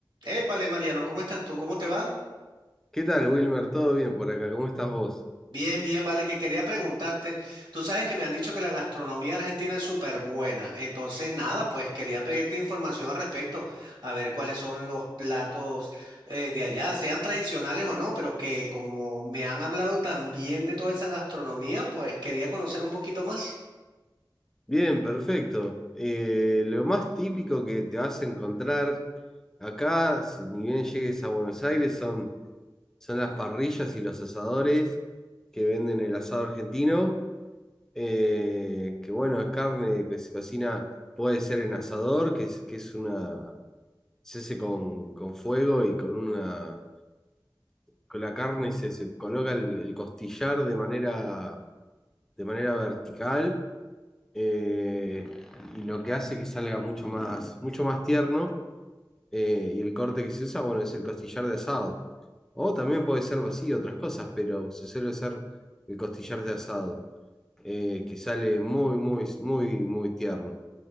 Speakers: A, on the right; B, in the centre.
A: Épale, Mariano, ¿cómo estás tú? ¿Cómo te va?
B: ¿Qué tal, Wilmer? ¿Todo bien por acá? ¿Cómo estás vos?
A: Bien, bien, vale, que quería preguntarte. Tú sabes que me han dicho que la gastronomía argentina es súper buena. Entonces, nada, pues quería pedirte información al respecto, a ver cuáles son los platos eh, de allá, sean tradicionales o no, pero que como me han hablado también de toda esa gastronomía, pues quería conocer un poquito más.
B: Bien, perfecto. Eh, lo más típico que te vas a encontrar acá, si ni bien llegues a Buenos Aires, son, son las parrillas y los asadores que venden el asado argentino. eh, que bueno, es carne que se cocina, puede ser en asador, que es, que es una, se hace con, con fuego y con una, con la carne se, se coloca el el costillar de manera de manera vertical eh, y lo que hace que salga mucho más, mucho más tierno eh, y el corte que se usa, bueno, es el costillar de asado. O también puede ser vacío, otras cosas, pero se suele usar el costillar de asado, eh, que sale muy, muy, muy, muy tierno.